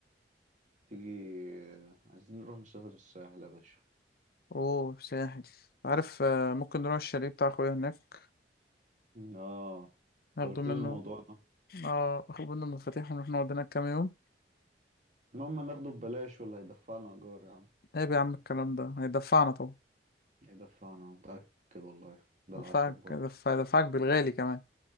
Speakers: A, on the right; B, on the left.
A: تيجي عايزين نروح نسافر الساحل يا باشا
B: اوه ساحل عارف آه، ممكن نروح الشاليه بتاع اخويا هناك
A: اه انت
B: ناخده
A: قلت
B: منه
A: لي الموضوع ده
B: اه اخد منه المفاتيح ونروح نقعد هناك كام يوم
A: المهم ناخده ببلاش ولا هيدفعنا ايجار يا عم
B: عيب يا عم الكلام ده هيدفعنا طبعا
A: هيدفعنا متأكد والله ده
B: دفعك
A: العشم برضه
B: دفعك بالغالي كمان